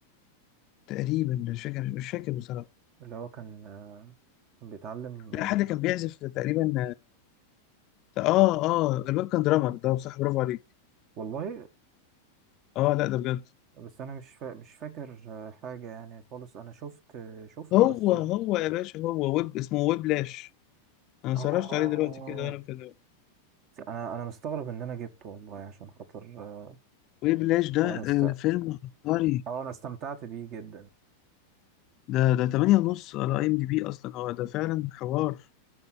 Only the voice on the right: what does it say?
اللي هو كان آه، كان بيتعلم
آه،
والله
بس انا مش فا... مش فاكر آه، حاجه يعني خالص انا شفت آه، شفته
بس
اه
انا انا مستغرب ان انا جبته والله عشان خاطر آه،
انا است...
اه انا استمتعت بيه جدا